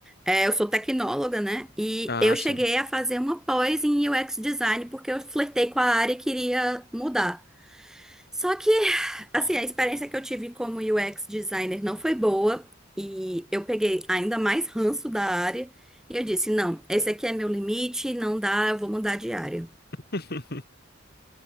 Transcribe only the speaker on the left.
Ah,
sim.
<laughs>